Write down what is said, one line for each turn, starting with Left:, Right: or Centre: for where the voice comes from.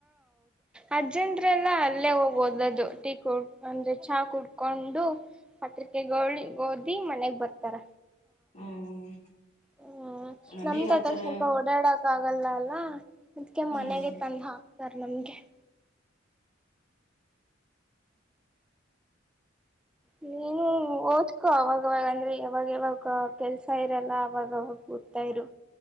Centre: ಅಜ್ಜಂತ್ರೆಲ್ಲಾ ಅಲ್ಲೇ ಹೋಗ್ೋದ ಅದು ಟೀ ಕುಡ್ ಅಂದ್ರೆ ಚಾ ಕುಡ್ಕೊಂಡು ಪತ್ರಿಕೆ ಗೋಳಿ ಓದಿ ಮನೆಗ್ ಬರ್ತಾರ
Left: ಹ್ಮ್
Centre: ಹ
Left: ನಮೀಗ್
Centre: ನಮ್ದ
Left: ಆತರ
Centre: ಅದಾಗ ಸ್ವಲ್ಪ ಓಡಾಡಕ್ ಆಗಲ್ಲ ಅಲ್ಲ ಅದ್ಕ
Left: ಹ್ಮ್
Centre: ಮನೆಗೆ ತಂದ ಹಾಕ್ತಾರ ನಮ್ದ <inaudible> ನೀನು ಓದ್ಕೊ ಅವಾಗವಾಗ ಅಂದ್ರೆ ಯಾವಾಗ ಯಾವಾಗ ಕೆಲ್ಸ ಇರಲ್ಲ ಅವಾಗ ಕೂತ್ತಾ ಇರು